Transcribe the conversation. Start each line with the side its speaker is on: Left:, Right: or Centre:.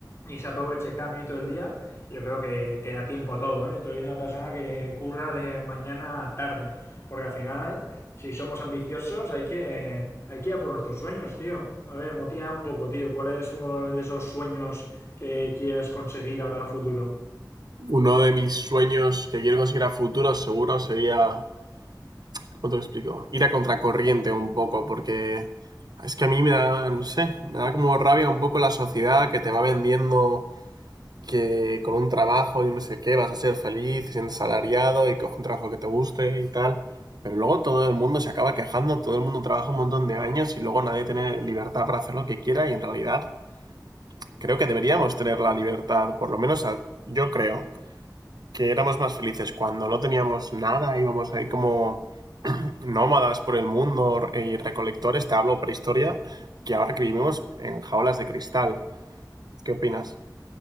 Left: y se aproveche cada minuto del día, yo creo que, que da tiempo a todo. ¿eh? Te lo dice una persona que curra de mañana a tarde, porque al final, si somos ambiciosos, hay que, hay que ir a por nuestros sueños, tío. A ver, motiva un poco, tío. ¿Cuál es uno de esos sueños que quieras conseguir ahora a futuro.
Right: Uno de mis sueños que quiero conseguir a futuro seguro sería ¿Cómo te lo explico? Ir a contracorriente un poco, porque es que a mí me da, no sé, me da como rabia un poco la sociedad que te va vendiendo que con un trabajo y no sé qué vas a ser feliz, siendo salariado y coge un trabajo que te guste y tal. Pero luego todo el mundo se acaba quejando, todo el mundo trabaja un montón de años y luego nadie tiene libertad para hacer lo que quiera y en realidad creo que deberíamos tener la libertad, por lo menos a- yo creo que éramos más felices cuando no teníamos nada, íbamos ahí como nómadas por el mundo y recolectores, te hablo prehistoria, que ahora que vivimos en jaulas de cristal. ¿Qué opinas?